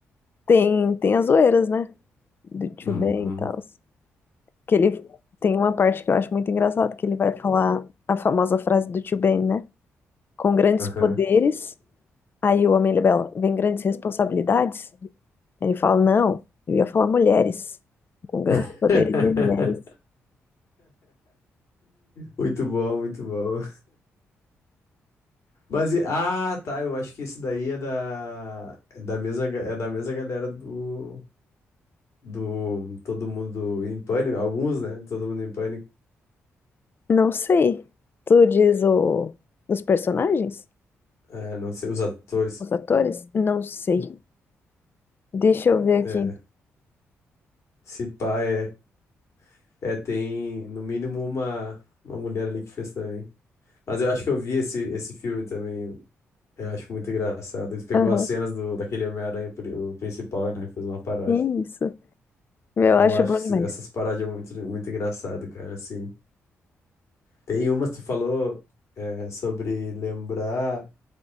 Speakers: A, on the left; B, on the left.
A: tem, tem as zoeiras, né? Do Tio
B: Uhum.
A: Ben e tal. Que ele tem uma parte que eu acho muito engraçada, que ele vai falar a famosa frase do Tio Ben, né? Com grandes
B: Aham.
A: poderes Aí o homem libela, vem grandes responsabilidades? Ele fala, não, eu ia falar mulheres. Com grandes
B: <laughs>
A: poderes vem mulheres.
B: Muito bom, muito bom. Mas, e- ah, tá, eu acho que esse daí é da, é da mesma, ga- é da mesma galera do, do Todo Mundo em Pânico, alguns, né? Todo Mundo em Pânico,
A: Não sei. Tu diz o... os personagens?
B: É, não sei, os atores.
A: Os atores? Não sei. Deixa eu ver
B: É,
A: aqui.
B: se pá, é, é, tem no mínimo uma, uma mulher ali que fez também. Mas eu acho que eu vi esse, esse filme também, eu acho muito engraçado. Ele pegou
A: Aham,
B: as cenas do, daquele Homem-Aranha, pri- o principal, né? Fez uma paródia.
A: Isso. Meu,
B: Eu
A: eu acho
B: acho
A: bom
B: esse-
A: demais.
B: essas paródias muito, muito engraçado, cara, assim. Tem umas que tu falou é, sobre lembrar